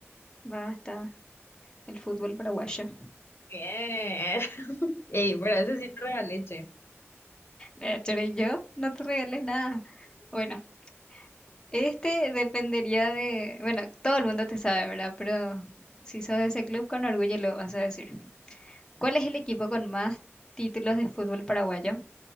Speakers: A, on the left; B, on the left.
A: Basta. el fútbol paraguayo.
B: Bien. <laughs> Ey, por ese sí te regalé, che.
A: Eh, Pero yo no te regalé nada. Bueno, este dependería de, bueno, todo el mundo te sabe, ¿verdad? Pero si sos de ese club, con orgullo lo vas a decir. ¿Cuál es el equipo con más títulos de fútbol paraguayo?